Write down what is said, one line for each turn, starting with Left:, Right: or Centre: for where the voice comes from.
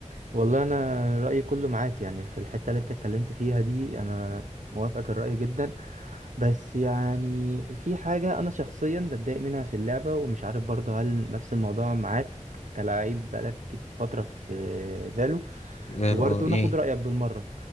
Right: والله انا رايي كله معاك يعني في الحته اللي انت اتكلمت فيها دي انا موافقك الراي جدا بس يعني في حاجه انا شخصيا بتضايق منها في اللعبه ومش عارف برضه هل نفس الموضوع معاك كلاعب بقالك كت- فتره في فالو
Left: فالو،
Right: وبرضه
Left: اه ايه
Right: ناخد رايك بالمره